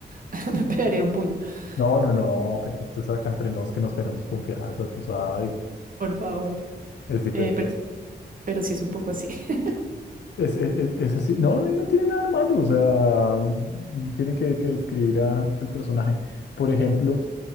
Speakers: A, on the right; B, on the left.
A: <laughs> Me pegaría un puño.
B: no, no, no,
A: Pe-
B: perfecto, es acá entre nos que nos tenemos confianza, tú sabes,
A: Por favor.
B: es diferente.
A: Eh, pero, pero sí es un poco así. <laughs>
B: Es, es, es- es así, no, no, no tiene nada de malo, o sea, no tiene que, que describir a- al personaje. Por ejemplo,